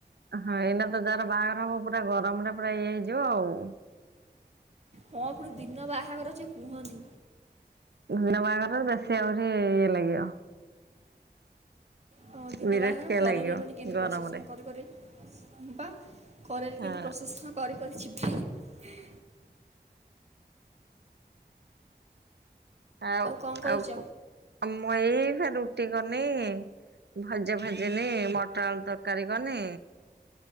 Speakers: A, on the right; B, on the right.
A: ହଁ ଏଇନା ତ ଯାହାର ବାହାଘର ହବ ପୁରା ଗରମ ରେ ପୁରା ଇଏ ହେଇଯିବ ଆଉ।
B: ହଁ ପୁଣି ଦିନ ବାହାଘର ଅଛି କୁହନି।
A: ଦିନ ବାହାଘର ବେଶୀ ଆହୁରି ଇଏ ଲାଗିବ।
B: ହଁ ଦିନ
A: ବିରକ୍ତିଆ
B: ବାହାଘର ଖରାରେ
A: ଲାଗିବ
B: ଏମାନେ କେମିତି
A: ଗରମରେ।
B: ପ୍ରଶାସନ କରି କରି ବା ଖରାରେ
A: ହଁ
B: କେମିତି ପ୍ରଶେସନ କରି କରି ଯିବେ ହେଁ।
A: ଆଉ
B: କ'ଣ କରୁଛ
A: ଆଉକୁ ମୁଁ ଏଇନା ରୁଟି କନି। ଭଜା ଭାଜିନି ମଟର ଆଳୁ ତରକାରୀ କନି।